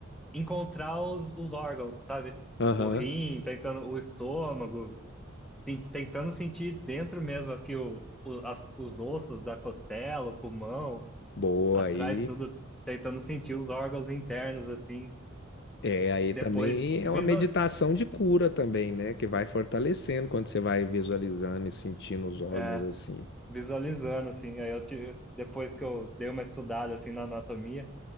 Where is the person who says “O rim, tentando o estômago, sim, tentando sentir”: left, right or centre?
Centre